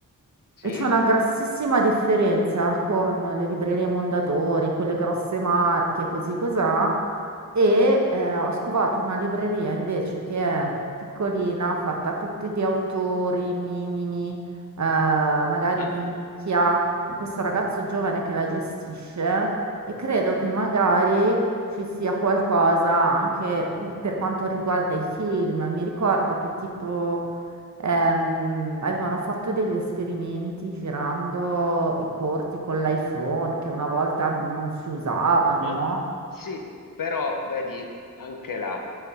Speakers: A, on the left; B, on the right.
A: Sì?
B: e c'è una grossissima differenza con le librerie Mondadori, quelle grosse marche, così così e eh, ho scovato una libreria invece che è piccolina, fatta tutti di autori minimi, eh, magari
A: Mhm,
B: di nicchia, con questo ragazzo giovane che la gestisce e credo che magari ci sia qualcosa anche per quanto riguarda i film. Mi ricordo che tipo ehm, avevano fatto degli esperimenti girando i corti con l'iPhone che una volta non non si usavano,
A: mhm.
B: no?
A: Sì, però vedi anche là,